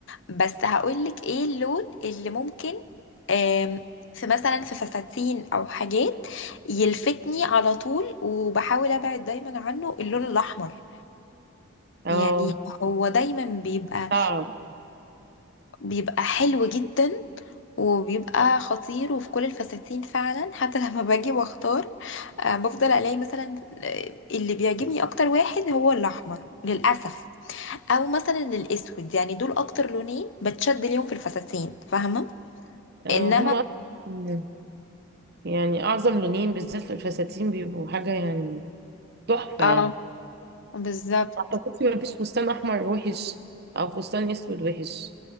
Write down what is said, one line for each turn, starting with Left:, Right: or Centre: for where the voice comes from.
Left: بس هقولك ايه اللون اللي ممكن آم، في مثلا في فساتين او حاجات يلفتني على طول وبحاول ابعد دايما عنه اللون الاحمر
Right: اه
Left: يعني هو دايما بيبقى
Right: صعب
Left: بيبقى حلو جدا وبيبقى خطير وفي كل الفساتين فعلا <laughs> حتى لما باجي واختار آه، بفضل الاقي مثلا آه، اللي بيعجبني اكتر واحد هو الاحمر للاسف او مثلا الاسود يعني دول اكتر لونين بتشد ليهم في الفساتين فاهمه
Right: آه،
Left: انما
Right: هما أصلاً يعني اعظم لونين بالذات في الفساتين بيبقوا حاجه يعني تحفه
Left: اه
Right: يعني
Left: بالظبط
Right: ما اعتقدش ما فيش فستان احمر وحش او فستان اسود وحش